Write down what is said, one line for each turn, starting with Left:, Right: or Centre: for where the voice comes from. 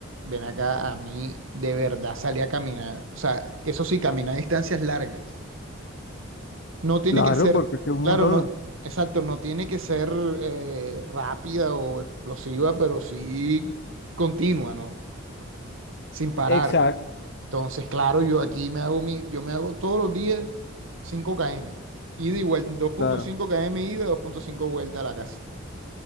Right: ven acá, a mí de verdad salí a caminar. O sea, que eso sí, caminar distancias largas. No tiene
Left: Claro,
Right: que ser,
Left: porque es que es un
Right: claro,
Left: montón.
Right: no, exacto, no tiene que ser eh, rápida o explosiva, pero sí continua, ¿no? Sin parar.
Left: Exacto,
Right: Entonces, claro, yo aquí me hago mi, yo me hago todos los días 5 km. Ida y vuelta, dos punto
Left: claro,
Right: cinco km ida, dos punto cinco vuelta a la casa.